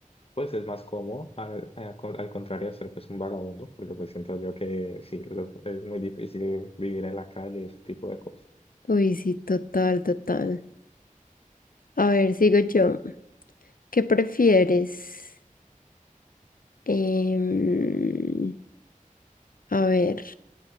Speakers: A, on the left; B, on the left.
A: pues es más cómodo al, a- con- al contrario de ser pues un vagabundo, porque pues siento yo que sí, los- es muy difícil vivir en la calle y ese tipo de cosas.
B: Uy, sí, total, total. A ver, sigo yo. ¿Qué prefieres? Em, a ver,